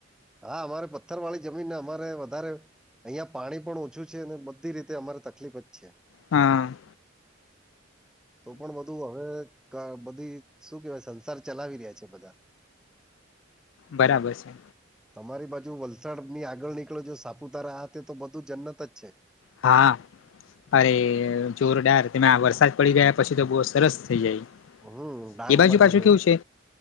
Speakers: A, in the centre; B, on the left.
A: હા અમારે પથ્થર વાળી જમીનને અમારે વધારે. અહિયાં પાણી પણ ઓછું છે અને બધી રીતે અમારે તકલીફ જ છે.
B: હમ.
A: તો પણ બધું હવે બધી શું કેવાય સંસાર ચલાવી રહ્યા છે બધા.
B: બરાબર છે.
A: તમારી બાજુ વલસાડ ની આગળ નીકળો જો સાપુતારા આ તે તો બધું જન્નત જ છે.
B: હા અરે જોરદાર. તે વરસાદ પડી ગયા પછી તો બહુ સરસ થઈ જાય
A: હમ ડાંગ
B: એ બાજુ પાછું
A: ને
B: કેવું
A: એમ.
B: છે.